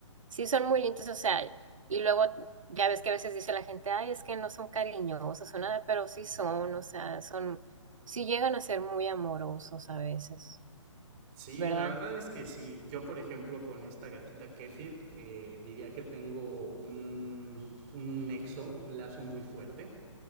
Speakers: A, on the right; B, on the right.
A: sí son muy lindos, o sea, y luego ya ves que a veces dice la gente, ay, es que no son cariñosos o nada, pero sí son, o sea, son, sí llegan a ser muy amorosos a veces,
B: Sí,
A: ¿verdad?
B: la verdad es que sí. Yo, por ejemplo, con esta gatita Kefir, eh, diría que tengo un, un nexo, un lazo muy fuerte.